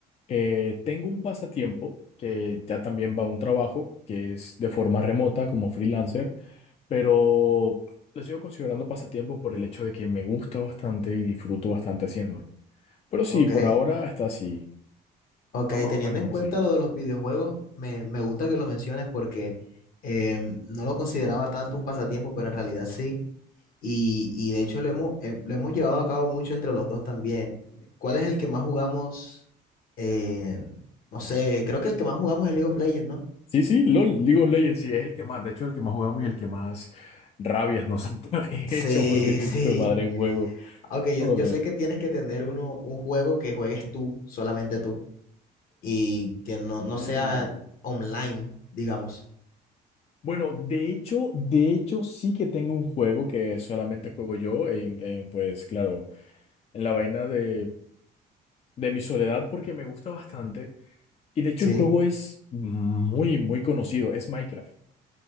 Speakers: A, on the left; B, on the left.
A: eh, tengo un pasatiempo que ya también va a un trabajo, que es de forma remota como freelancer, pero lo sigo considerando pasatiempo por el hecho de que me gusta bastante y disfruto bastante haciéndolo. Pero sí,
B: Ok.
A: por ahora está así,
B: Ok,
A: va más
B: teniendo
A: o menos
B: en cuenta
A: así.
B: lo de los videojuegos, me, me gusta que lo menciones porque em, no lo consideraba tanto un pasatiempo, pero en realidad sí. Y, y de hecho lo hemos, eh, lo hemos llevado a cabo mucho entre los dos también. ¿Cuál es el que más jugamos? Eh, no sé, creo que el que más jugamos es League of Legends, ¿no?
A: Sí, sí, LOL, League of Legends, sí, es el que más, de hecho, el que más jugamos y el que más rabias nos han <laughs> de
B: Sí,
A: hecho, porque es
B: <laughs> sí.
A: hijo de madre juego.
B: Aunque yo,
A: Joder.
B: yo sé que tienes que tener uno, un juego que juegues tú, solamente tú, y que no, no
A: Uh.
B: sea online, digamos.
A: Bueno, de hecho, de hecho, sí que tengo un juego que solamente juego yo, en, en, pues claro, en la vaina de, de mi soledad, porque me gusta bastante. Y de hecho,
B: Sí.
A: el juego es muy, muy conocido, es Minecraft.